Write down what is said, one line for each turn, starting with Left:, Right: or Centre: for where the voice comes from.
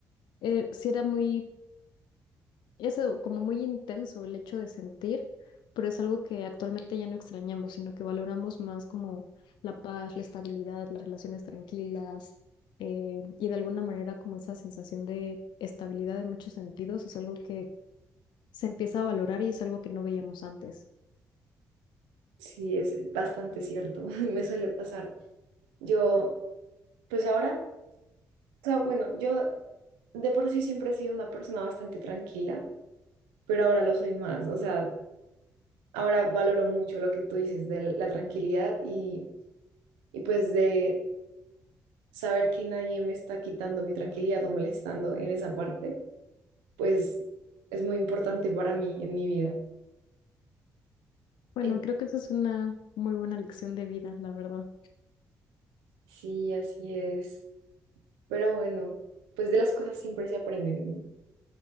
Left: eh, sí era muy, eso, como muy intenso el hecho de sentir, pero es algo que actualmente ya no extrañamos, sino que valoramos más como la paz, la estabilidad, las relaciones tranquilas, eh, y de alguna manera como esa sensación de estabilidad en muchos sentidos es algo que se empieza a valorar y es algo que no veíamos antes.
Right: sí, es bastante cierto, <laughs> me suele pasar. Yo, pues ahora, o sea, bueno, yo de por sí siempre he sido una persona bastante tranquila, pero ahora lo soy más. O sea, ahora valoro mucho lo que tú dices de la tranquilidad y, y pues de saber que nadie me está quitando mi tranquilidad o molestando en esa parte, pues es muy importante para mí en mi vida.
Left: Bueno,
Right: En-
Left: creo que eso es una muy buena lección de vida, la verdad.
Right: sí, así es. Pero bueno, pues de las cosas siempre se aprenden